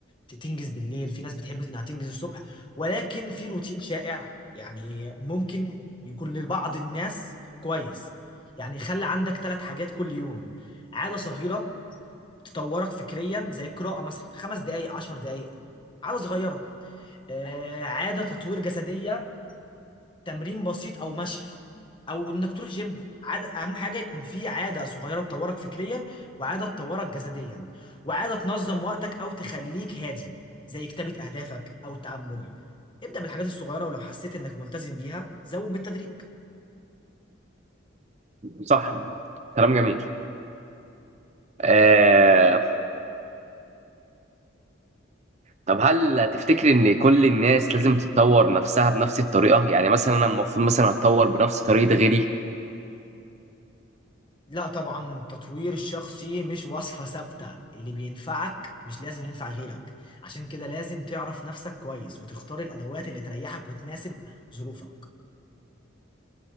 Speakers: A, on the left; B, on the right.
A: ت- تنجز بالليل في ناس بتحب إنها تنجز الصبح ولكن في روتين شائع يعني ممكن يكون لبعض الناس كويس يعني خلي عندك ثلاث حاجات كل يوم عادة صغيرة تطورك فكريا زي القراءة مثلا خمس دقايق عشر دقايق عادة صغيرة آه، عادة تطوير جسدية تمرين بسيط او مشي او انك تروح جيم عادة اهم حاجه يكون في عاده صغيره تطورك فكريا وعاده تطورك جسديا وعاده تنظم وقتك او تخليك هادي زي كتابه اهدافك او التامل ابدا بالحاجات الصغيره ولو حسيت انك ملتزم بيها زود بالتدريج
B: صح كلام جميل آه، طب هل تفتكر ان كل الناس لازم تتطور نفسها بنفس الطريقة يعني مثلا انا المفروض مثلا اتطور بنفس طريقة غيري
A: لا طبعا التطوير الشخصي مش وصفه ثابته اللي بينفعك مش لازم ينفع غيرك عشان كده لازم تعرف نفسك كويس وتختار الادوات اللي تريحك وتناسب ظروفك